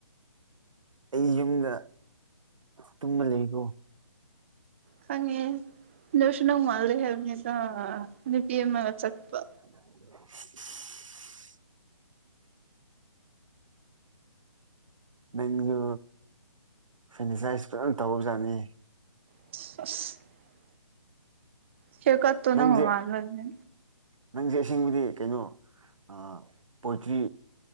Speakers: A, on the right; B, on the right.
A: ꯑꯩ ꯌꯨꯝꯗ ꯇꯨꯝꯃ ꯂꯩꯀꯣ
B: ꯈꯪꯉꯦ ꯑꯗꯨꯁꯨ ꯅꯪ ꯃꯥꯜꯂꯦ ꯍꯥꯏꯕꯅꯤꯗ ꯅꯨꯄꯤ ꯑꯃꯒ ꯆꯠꯄ
A: <inaudible> ꯅꯪꯁꯨ ꯐꯔꯅꯤꯆꯥꯏꯁ ꯐꯖꯅ ꯇꯧꯔꯖꯥꯠꯅꯤ
B: <inaudible> ꯍꯤꯔꯀꯠ ꯇꯣ
A: ꯅꯪꯁꯦ
B: ꯅꯪ ꯃꯥꯟꯃꯅꯗꯅ
A: ꯅꯪꯁꯦ ꯑꯁꯦꯡꯕꯗꯤ ꯀꯩꯅꯣ ꯑꯥ ꯄꯣꯏꯇ꯭ꯔꯤ